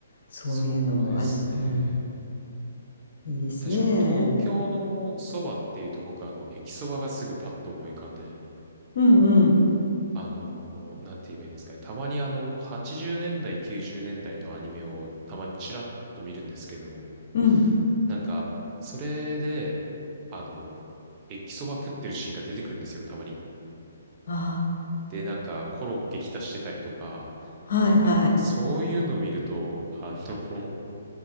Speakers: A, on the left; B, on the right.
A: そういうのもあるしうん。
B: そうですね。
A: いいですね。
B: 確かに東京のそばっていうと僕あの、駅そばがすぐパッと思い浮かんで、
A: うんうん。
B: あのーなんて言えばいいんですかね。たまにあの、80年代、90年代のアニメをたまにチラッと見るんですけども、
A: うん。
B: なんか、それで、あの、駅そば食ってるシーンが出てくるんですよ、たまに。
A: あ
B: で、なんか、コロッケ浸してたりとか、
A: あ、はいはい。
B: なんか、そういうの見ると、あの、<laughs>